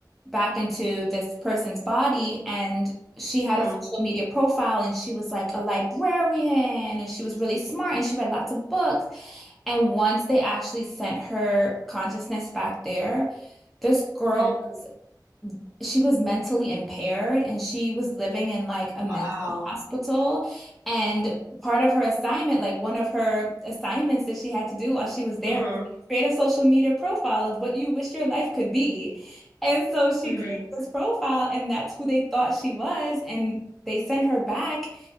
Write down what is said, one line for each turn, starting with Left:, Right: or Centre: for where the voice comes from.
Centre: back into this person's body, and she had
Right: Mhm.
Centre: a social media profile, and she was like a librarian, and she was really smart, and she read lots of books. And once they actually sent her consciousness back there, this girl
Right: Mhm.
Centre: was she was mentally impaired and she was living in like a mental
Right: Wow.
Centre: hospital. And part of her assignment, like one of her assignments that she had to do while she was there
Right: Uh-huh.
Centre: was create a social media profile of what you wish your life could be. And so she
Right: Mhm.
Centre: created this profile, and that's who they thought she was. And they sent her back